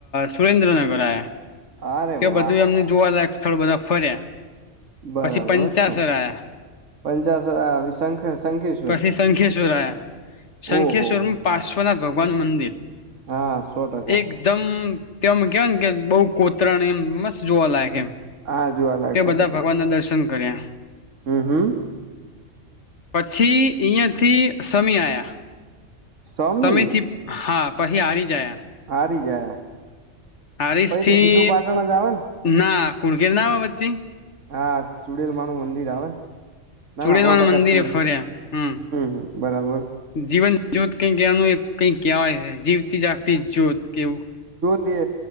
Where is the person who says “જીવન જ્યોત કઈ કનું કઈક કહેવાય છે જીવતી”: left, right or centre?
Left